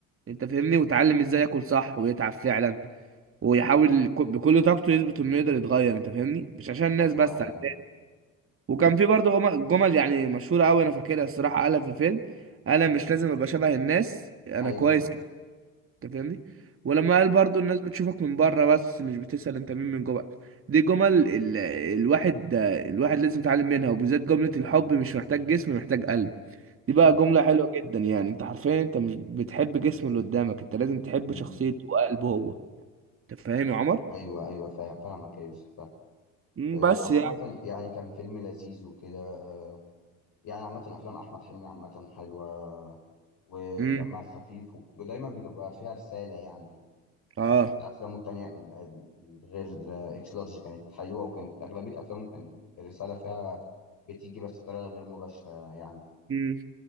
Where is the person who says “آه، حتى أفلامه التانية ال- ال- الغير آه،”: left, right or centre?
Left